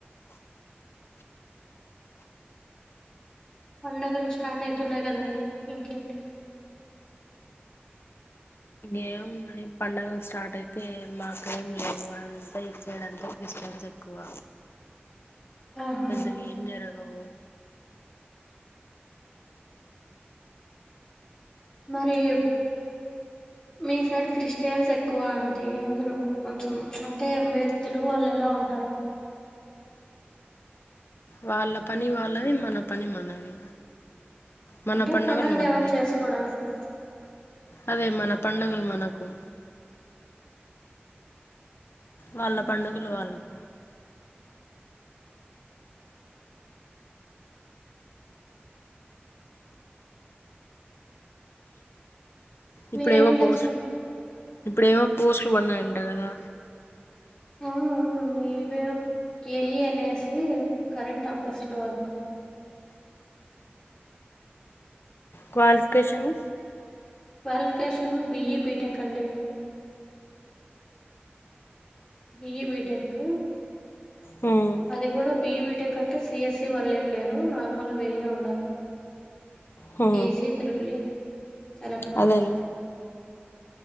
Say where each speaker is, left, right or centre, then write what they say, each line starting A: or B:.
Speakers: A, on the left; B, on the left.
A: పండుగలు స్టార్ట్ అవుతున్నాయి కదండి ఇంకేంటి
B: ఏం ఉన్నాయ్ పండగలు స్టార్ట్ అయితే మాకేం లేవు అంతా ఇటు సైడ్ అంత క్రిస్టియన్స్ ఏ క్కువ
A: ఆహా
B: పెద్దగా ఏం జరగవు
A: మరియు మీ సైడ్ క్రిస్టియన్స్ ఎక్కువ అంటే గిన మీరు కొంచెం అంటే మీరు తెలుగు వాళ్ళు ఎలా ఉంటారు
B: వాళ్ళ పని వాళ్ళది మన పని మనది మన
A: అంటే పండుగలు
B: మనవి
A: ఏమన్నా చేసుకోవడానికి
B: అదే మన పండగలు మనకు వాళ్ళ
A: మ్మ్.
B: పండుగలు వాళ్ళక్ ఇప్పుడేవో
A: మీరేం చేస్తుంటారు?
B: పోస్ ఇపుడు ఏమో పోస్ట్లు పడిన్నాయంట కదా
A: ఆ అవునండి ఇవే ఏఈ అనేసి కరెంట్ ఆఫీస్ లో work
B: qualification
A: qualification BE BTech అండి బిఈ బిటెక్
B: హ్మ్
A: అది కూడా బిఈ బిటెక్ కంటే సిఎస్సి వాళ్ళు ఏం లేరు నార్మల్ వీళే ఉండాలి
B: హ్మ్
A: ఈస ట్రిబుల్ ఈ ఎలెక్ట్రనిక్స్
B: అదేలే